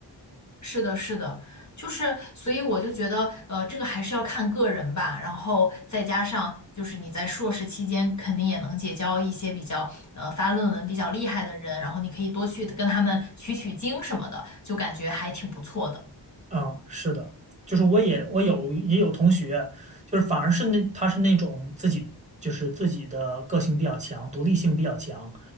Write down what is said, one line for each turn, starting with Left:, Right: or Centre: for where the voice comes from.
Left: 是的，是的，就是，所以我就觉得，呃，这个还是要看个人吧，然后再加上就是你在硕士期间肯定也能结交一些比较，呃，发论文比较厉害的人，然后你可以多去跟他们取取经什么的，就感觉还挺不错的。
Right: 嗯，是的，就是我也我有也有同学，就是反而是那他是那种自己就是自己的个性比较强，独立性比较强，